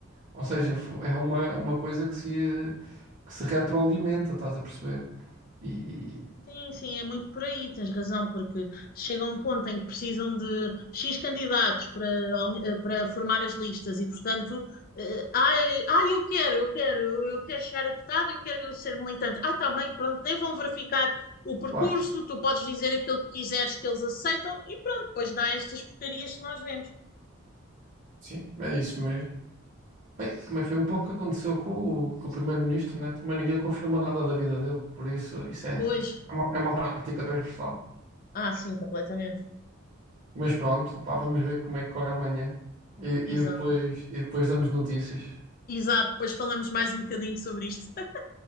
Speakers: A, on the right; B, on the left.
A: Ou seja, fo- é uma, uma coisa que se, que se retroalimenta, estás a perceber? E,
B: Sim, sim, é muito por aí, tens razão, porque chega um ponto em que precisam de X candidatos para, aume- eh, para formar as listas e, portanto, eh, ai, ai, eu quero, eu quero, eu eu quero chegar a deputado, eu quero ser militante. Ah, está bem, pronto, nem vão verificar o percurso,
A: claro,
B: tu podes dizer aquilo que quiseres que eles aceitam e pronto, depois dá estas porcarias que nós vemos.
A: sim, é isso mesmo. Bem, também foi um pouco o que aconteceu com o, com o primeiro-ministro, né? Também ninguém confirmou nada da vida dele, por isso isso é,
B: Pois,
A: é uma, é uma prática transversal.
B: ah, sim, completamente.
A: Mas pronto, pá, vamos ver como é que corre amanhã e,
B: Exato.
A: e depois, e depois damos notícias.
B: Exato, depois falamos mais um bocadinho sobre isto. <laughs>